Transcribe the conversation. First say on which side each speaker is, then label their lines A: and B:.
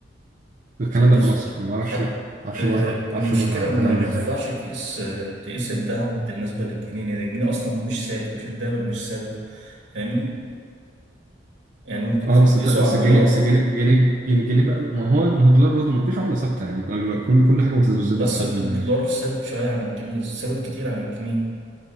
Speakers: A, on the right; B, on the right.
A: الكلام
B: طب
A: ده
B: بص
A: في مصر انا ما اعرفش
B: خد
A: ما اعرفش
B: آه،
A: بره ما اعرفش
B: المشكلة
A: بره
B: إن
A: كان عامل
B: ما
A: ازاي
B: ينفعش تقيس آه، تقيس الذهب بالنسبة للجنيه لأن الجنيه أصلا مش ثابت مش الذهب اللي مش ثابت فاهمني؟ يعني ممكن
A: اه
B: مثلا
A: بس
B: تقيسه
A: الد- بس
B: على الدولار
A: الجنيه بس الجنيه الجنيه الجنيه بقى له ما هو ما هو الدولار برضه ما فيش عمله ثابته يعني كل كل كل حاجه متذبذبه
B: بس
A: لحد
B: الدولار
A: ما يعني.
B: ثابت شوية عن الجنيه ثابت كتير عن الجنيه